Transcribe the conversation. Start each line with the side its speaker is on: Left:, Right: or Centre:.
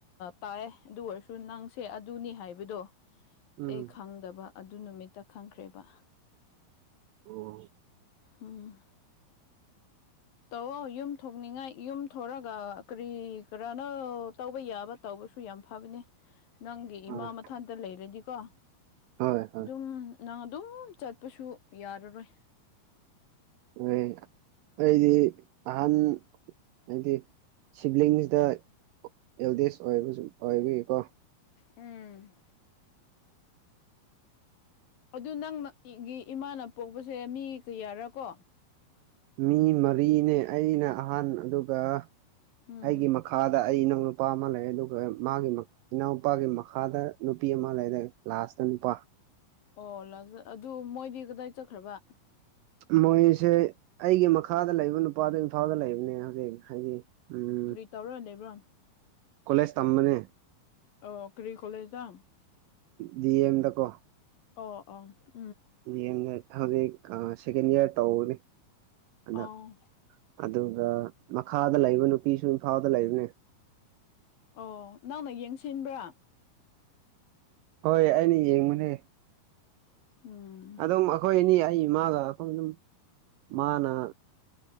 Left: ꯇꯥꯏꯑ ꯑꯗꯨ ꯑꯣꯏꯔꯁꯨ ꯅꯪꯁꯦ ꯑꯗꯨꯅꯤ ꯍꯥꯏꯕꯗꯣ
Right: ꯎꯝ
Left: ꯑꯩ ꯈꯪꯗꯕ ꯑꯗꯨ ꯅꯨꯃꯤꯠꯇ ꯈꯪꯈ꯭ꯔꯦꯕ
Right: ꯑꯣ
Left: ꯎꯝ ꯇꯧꯑꯣ ꯌꯨꯝ ꯊꯣꯛꯅꯤꯡꯉꯥꯏ ꯌꯨꯝ ꯊꯣꯔꯒ ꯀꯔꯤ ꯀꯔꯥꯅ ꯇꯧꯕ ꯌꯥꯕ ꯇꯧꯕꯁꯨ ꯌꯥꯝ ꯐꯕꯅꯦ ꯅꯪꯒꯤ
Right: ꯍꯣꯏ
Left: ꯏꯃꯥ ꯃꯊꯟꯇ ꯂꯩꯔꯗꯤꯀꯣ
Right: ꯍꯣꯏ ꯍꯣꯏ
Left: ꯑꯗꯨꯝ ꯅꯪ ꯑꯗꯨꯝ ꯆꯠꯄꯁꯨ ꯌꯥꯔꯔꯣꯏ
Right: ꯍ ꯑꯩꯗꯤ ꯑꯍꯟ ꯍꯥꯏꯗꯤ ꯁꯤꯕ꯭ꯂꯤꯡꯁꯤꯗ ꯑꯦꯜꯗꯦꯖ ꯑꯣꯏꯕꯁꯨ ꯑꯣꯏꯕꯒꯤꯀꯣ
Left: ꯎꯝ ꯑꯗꯨ ꯅꯪꯅ ꯏꯃꯥꯅ ꯄꯣꯛꯄꯁꯦ ꯃꯤ ꯀꯌꯥꯔꯀꯣ
Right: ꯃꯤ ꯃꯔꯤꯅꯦ ꯑꯩꯅ ꯑꯍꯥꯟ ꯑꯗꯨꯒ
Left: ꯎꯝ
Right: ꯑꯩꯒꯤ ꯃꯈꯥꯗ ꯑꯩꯅ ꯅꯨꯄꯥ ꯑꯃ ꯂꯩꯌ‌ꯦ ꯑꯗꯨꯒ ꯃꯥꯒꯤ ꯏꯅꯥꯎꯄꯥꯒꯤ ꯃꯈꯥꯗ ꯅꯨꯄꯤ ꯑꯃ ꯂꯩꯌ‌ꯦ ꯂꯥꯁꯇ ꯅꯨꯄꯥ
Left: ꯑꯣ ꯂꯥꯛ ꯑꯗꯨ ꯃꯣꯏꯗꯤ ꯀꯗꯥꯏ ꯆꯠꯈ꯭ꯔꯕ
Right: ꯃꯣꯏꯁꯦ ꯑꯩꯒꯤ ꯃꯈꯥꯗ ꯂꯩꯕ ꯅꯨꯞ ꯅꯨꯄꯥꯗꯣ ꯏꯝꯐꯥꯜꯗ ꯂꯩꯕꯅꯦ ꯍꯧꯖꯤꯛ ꯍꯥꯏꯗꯤ ꯎꯝ
Left: ꯀꯔꯤ ꯇꯧꯔꯥ ꯂꯩꯕ꯭ꯔꯣꯥ
Right: ꯀꯣꯂꯦꯖ ꯇꯝꯕꯅꯦ
Left: ꯑꯣ ꯀꯔꯤ ꯀꫭꯂ‌ꯦꯖ ꯇꯥ
Right: ꯗꯤꯑꯝꯗ ꯀꫭ
Left: ꯑꯣ ꯑꫭ
Right: ꯌꯦꯡꯉꯥ ꯍꯧꯖꯤꯛ ꯑꯥ ꯁꯦꯀꯦꯟ ꯏꯌꯥꯔ ꯇꯧꯕꯅꯤ ꯑꯗ
Left: ꯑꯣ
Right: ꯑꯗꯨ ꯑ ꯃꯈꯥꯗ ꯂꯩꯕ ꯅꯨꯄꯤꯁꯨ ꯏꯝꯐꯥꯗ ꯂꯩꯕꯅꯦ
Left: ꯑꯣ ꯅꯪꯅ ꯌꯦꯡꯁꯤꯟꯕ꯭ꯔꯥ
Right: ꯍꯣꯏ ꯑꯩꯅ ꯌꯦꯡꯕꯅꯦ
Left: ꯎꯝ
Right: ꯑꯗꯨꯝ ꯑꯩꯈꯣꯏ ꯑꯅꯤ ꯑꯩ ꯏꯃꯥꯒ ꯑꯩꯈꯣꯏ ꯑꯗꯨꯝ ꯃꯥꯅ